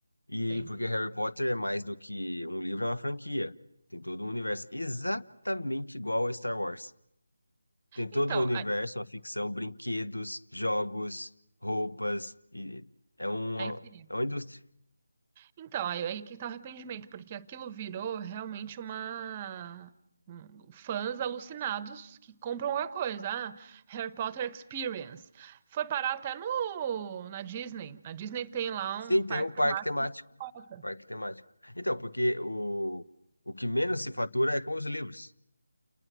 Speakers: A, on the left (about 85°); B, on the right (about 25°).
A: E
B: Sim.
A: porque Harry Potter é mais do que um livro, é uma franquia. Tem todo um universo exatamente igual a Star Wars. Tem todo
B: Então,
A: o universo,
B: a,
A: uma ficção, brinquedos, jogos, roupas. E é uma,
B: a infinita.
A: é uma indústria.
B: Então, aí, aí que tá o arrependimento, porque aquilo virou realmente uma. um- Fãs alucinados que compram qualquer coisa. Ah, Harry Potter Experience. Foi parar até no, na Disney. A Disney tem lá um
A: Sim,
B: parque
A: tem o parque temático.
B: temático.
A: Parque temático. Então, porque o, o que menos se fatura é com os livros.